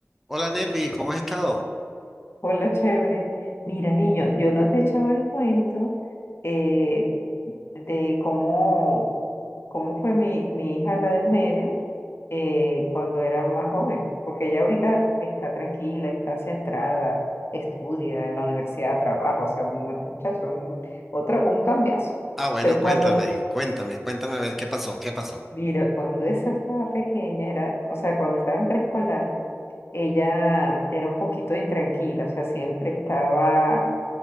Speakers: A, in the centre; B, on the left (about 55°).
A: Hola Nelvi, ¿cómo has estado?
B: Hola, chévere. Mira, niño, yo no te he echado el cuento eh, de cómo, cómo fue mi, mi hija, la del medio, eh, cuando era más joven, porque ella ahorita está tranquila, está centrada, estudia en la universidad, trabaja, o sea, un, un muchacho, un, otro, un cambiazo.
A: Ah, bueno,
B: Pero
A: cuéntame,
B: cuando,
A: cuéntame, cuéntame a ver qué pasó, qué pasó.
B: mira, cuando esa estaba pequeña, era, o sea, cuando estaba en preescolar, ella era un poquito intranquila, o sea, siempre estaba